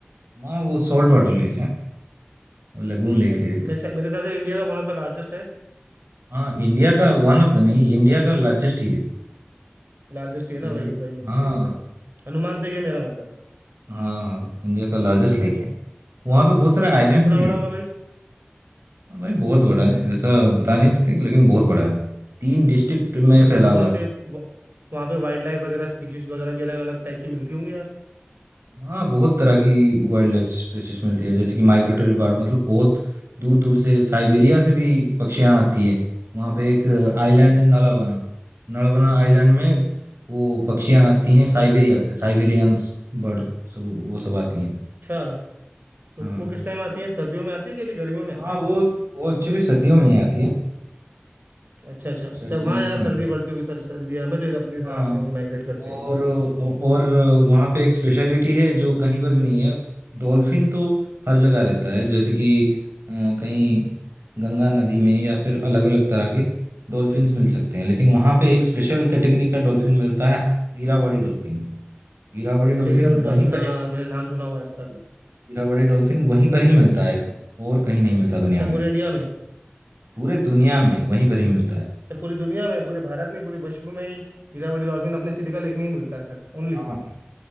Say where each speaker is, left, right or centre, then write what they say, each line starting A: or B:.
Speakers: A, on the right (about 75°); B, on the right (about 55°).
A: हाँ वो सॉल्ट वाटर लेक है और लगून लेक
B: And
A: है एक
B: मेरे हिसाब- मेरे हिसाब से इंडिया का वन ऑफ द लार्जेस्ट है
A: हाँ इंडिया का वन ऑफ द नहीं इंडिया का लार्जेस्ट ही है
B: लार्जेस्ट ही है ना
A: इंडिया
B: वही वही
A: हाँ
B: ठीक है मेरा अनुमान सही है मेरा मतलब
A: हाँ हाँ इंडिया का लार्जेस्ट लेक है वहाँ पे बहुत सारे आइलैंड्स
B: कितना
A: भी
B: बड़ा
A: है
B: होगा भाई
A: हाँ भाई बहुत बड़ा है ऐसा बता नहीं सकते लेकिन बहुत बड़ा है तीन डिस्ट्रिक्ट में
B: तो मतलब
A: फैला
B: फिर
A: हुआ
B: वहाँ
A: है
B: पे वह- वहाँ पे वाइल्ड लाइफ वगैरह स्पीशीज वगैरह भी अलग अलग टाइप की मिलती होंगी यार
A: हाँ बहुत तरह की वाइल्ड लाइफ स्पीसीज मिलती है जैसे कि माइग्रेटरी बर्ड मतलब बहुत दूर दूर से साइबेरिया से भी पक्षियाँ आती है वहाँ पे एक आइलैंड है नलबना नलबना आइलैंड में वो पक्षियाँ आती हैं साइबेरिया से साइबेरियन बर्ड सब वो सब आती हैं
B: अच्छा तो
A: हाँ
B: वो किस टाइम आती है सर्दियों में आती है कि अभी गर्मियों में आती
A: हाँ
B: है
A: वो वो एक्चुअली सर्दियों में ही आती है
B: अच्छा अच्छा
A: सर्दियों
B: जब वहाँ
A: में
B: यार
A: हाँ
B: सर्दी पड़ती होगी सर सर्बिया में तो इधर अपने इधर
A: हाँ
B: आती होंगी माइग्रेट करती
A: और
B: होंगी
A: और वहाँ पे एक स्पेशलिटी है जो कहीं पर भी नहीं है डॉल्फिन तो हर जगह रहता है जैसे कि अ, कहीं गंगा नदी में या फिर अलग अलग तरह के डॉल्फिन्स मिल सकते हैं लेकिन वहाँ पे एक स्पेशल कैटेगरी का डॉल्फिन मिलता है इरावदी डॉल्फिन इरावदी
B: अच्छा
A: डॉल्फिन
B: ईरावली
A: वहीं
B: डॉल्फिन
A: पर
B: हाँ हाँ मैंने नाम सुना हुआ है इसका भी
A: इरावदी डॉल्फिन वहीं पर ही मिलता है और कहीं नहीं मिलता
B: अच्छा
A: दुनिया में
B: पूरे इंडिया में
A: पूरे दुनिया में वहीं पर ही मिलता है
B: अच्छा पूरी दुनिया में पूरे भारत नहीं पूरे विश्व में ही ईरावली डॉल्फिन अपने चिलिका लेक में ही मिलता है सर ओनली
A: हाँ हाँ